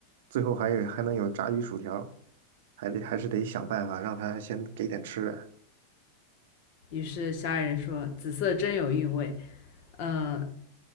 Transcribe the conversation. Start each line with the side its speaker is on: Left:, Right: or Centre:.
Right: 最后还有还能有炸鱼薯条，还得还是得想办法让他先给点吃的。
Left: 于是小矮人说：“紫色真有韵味，呃，